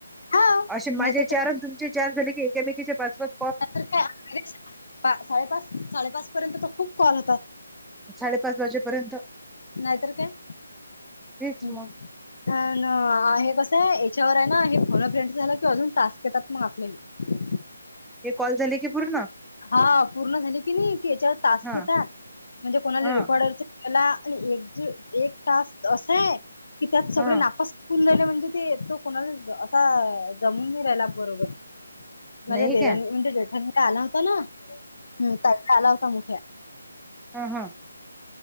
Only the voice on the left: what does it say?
हा
नाहीतर
नायतर काय अरे साडेपा साडेपाच पर्यंत तर खूप कॉल होतात
नाय तर काय
हम्म.
हा ना आ हे कसं आहे याच्यावर आहे ना हे फोन अ फ्रेंड झालं किवा अजून टास्क येतात मग आपल्याले. ह
हा पूर्ण झाली की नाही की याच्यावर टास्क
येतात म्हणजे कोणाली
रेकॉर्डर त्याला आणि एक जे एक टास्क असं आहे की त्यात सगळे
नापास होऊन राहिले म्हणजे ते येतो कुणाला असा जमून नाही राहिला बरोबर. माझ्या
देरानी
म्हणजे जेठाणीला आला होता ना हा टा काला होता मोठ्या.